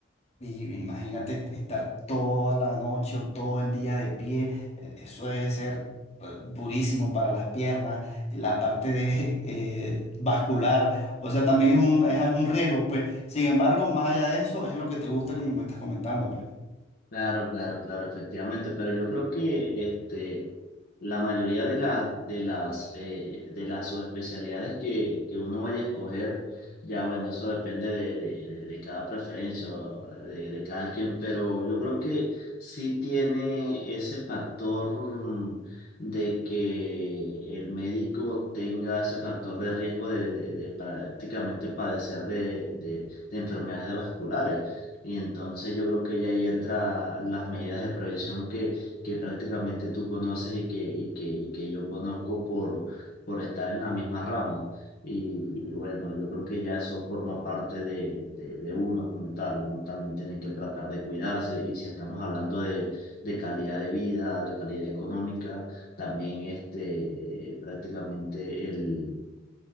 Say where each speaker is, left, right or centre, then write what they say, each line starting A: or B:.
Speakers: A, on the left; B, on the left.
A: Y imagínate estar toda la noche o todo el día de pie, eh, eso debe ser eh, durísimo para las piernas, la parte de, eh, vascular, o sea, también es un, es un riesgo, pues. Sin embargo, más allá de eso, es lo que te gusta que me estás comentando, pues.
B: Claro, claro, claro, efectivamente, pero yo creo que este, la mayoría de, la, de las, eh, de las subespecialidades que, que uno vaya a escoger, ya bueno, eso depende de, de- de- de cada preferencia, o eh, de, de cada quien, pero yo creo que sí tiene ese factor de que el médico tenga ese factor de riesgo de, de- de prácticamente padecer de, de de enfermedades vasculares. Y entonces yo creo que ya ahí entra las medidas de prevención que, que prácticamente tú conoces y que, y que, y que yo conozco por, por estar en la misma rama. Y, y bueno, yo creo que ya eso forma parte de, de, de uno como tal. Uno también tiene que tratar de cuidarse y si estamos hablando de, de calidad de vida, de calidad económica, también este, eh, prácticamente el